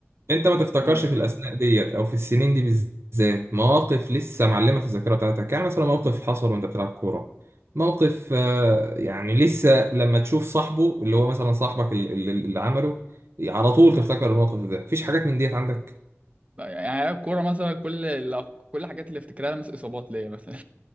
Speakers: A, on the right; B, on the right.
A: انت ما تفتكرش
B: قول
A: في الاثناء ديت او في السنين دي بالذات مواقف لسه معلمه في الذاكره بتاعتك يعني مثلا موقف حصل وانت بتلعب كوره موقف آه، يعني لسه لما تشوف صاحبه اللي هو مثلا صاحبك ال- ال- اللي عمله على طول تفتكر الموقف ده مفيش حاجات من ديت عندك
B: لا يعني هي الكورة مثلا كل الأف- كل الحاجات اللي افتكرها مثلا اصابات ليا مثلا